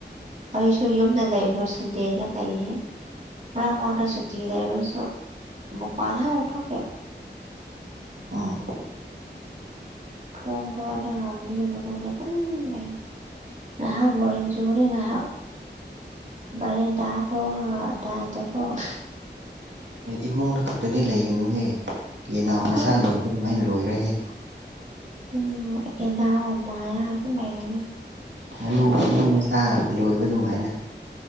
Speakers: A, on the right (about 40°); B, on the right (about 75°).
A: ꯑꯩꯁꯨ ꯌꯨꯝꯗ ꯂꯩꯕꯔꯣꯁꯦ ꯗꯦꯗ ꯂꯩꯌꯦ ꯃꯔ꯭ꯛ ꯃꯔꯀꯇ ꯁꯨꯇꯤ ꯂꯩꯕꯁꯨ ꯃꯄꯥꯥꯟ <unintelligible>
B: ꯎꯝ
A: ꯊꯣꯡ ꯂꯣꯜꯂꯒ <unintelligible> ꯑꯗꯨꯝ ꯂꯩ ꯉꯍꯛ ꯕꯣꯔꯤꯡ ꯆꯨꯔꯦ ꯉꯍꯛ ꯚꯔꯦꯟꯗ ꯊꯣꯛꯑꯒ ꯗꯥꯟꯁ ꯇꯧꯊꯣꯛ
B: ꯏꯃꯨꯡꯗ ꯈꯛꯇꯗꯤ ꯂꯩꯒꯅꯨꯍꯦ ꯌꯦꯅꯥꯎ ꯃꯆꯥ
A: ꯍꯥ
B: ꯂꯣꯏꯕ ꯗꯨꯃꯥꯏꯟ ꯂꯣꯏꯔꯦꯍꯦ
A: ꯎꯝ ꯍꯦꯟꯅꯥꯎ ꯑꯃꯥꯏꯅ ꯑꯗꯨꯝ ꯂꯩꯔꯥꯅꯤ
B: ꯉꯥꯅꯨ ꯈꯨꯨꯅꯨ ꯃꯆꯥ ꯂꯣꯏꯕ ꯑꯗꯨꯃꯥꯏꯅ